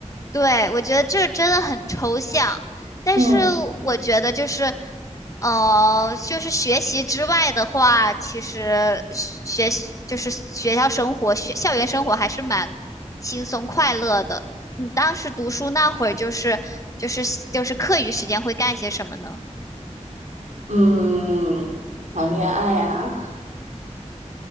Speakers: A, on the left; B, on the right.
A: 对，我觉得这真的很抽象，但是我觉得就是，
B: 嗯
A: 呃，就是学习之外的话，其实学习就是学校生活、学校园生活还是蛮轻松快乐的。你当时读书那会儿，就是就是就是课余时间会干些什么呢？
B: 嗯，谈恋爱呀、啊